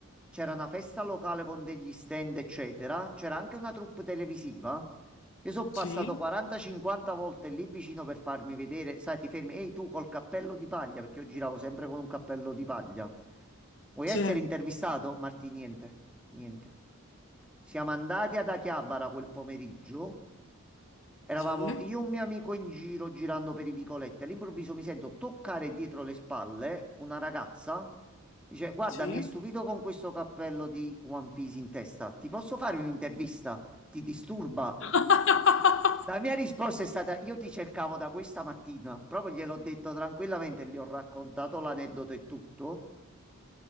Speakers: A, in the centre; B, on the left.
A: C'era una festa locale con degli stand, eccetera. C'era anche una troupe televisiva. Io sono passato
B: Sì,
A: 40-50 volte lì vicino per farmi vedere. Sai, ti fermi, ehi tu col cappello di paglia, perché io giravo sempre con un cappello di paglia. Vuoi
B: sì,
A: essere intervistato? Marti, niente, niente. Siamo andati ad Akihabara quel pomeriggio. Eravamo
B: sì,
A: io e un mio amico in giro girando per i vicoletti. All'improvviso mi sento toccare dietro le spalle una ragazza. Dice: Guarda,
B: sì.
A: mi hai stupito con questo cappello di One Piece in testa. Ti posso fare un'intervista? Ti disturba?
B: <laughs>
A: La mia risposta è stata: Io ti cercavo da questa mattina. Proprio gliel'ho detto tranquillamente, gli ho raccontato l'aneddoto e tutto.